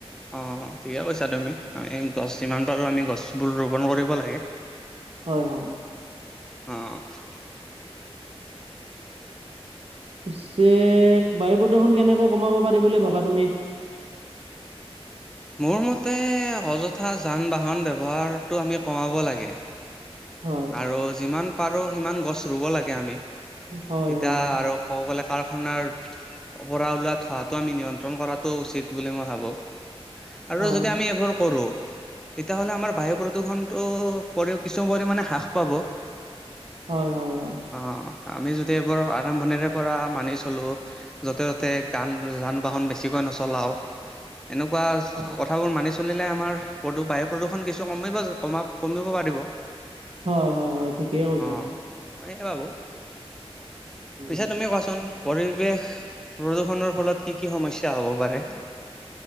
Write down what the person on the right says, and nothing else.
হয় হয়,
পিছে বায়ু প্ৰদূৰষণ কেনেকৈ কমাব পাৰি বুলি ভাবা তুমি?
হয়,
হয়,
হয়,
হয়,
হয় হয় হয়,
অ',
হয় হয় হয়, ঠিকেই
কৈছা।
উম,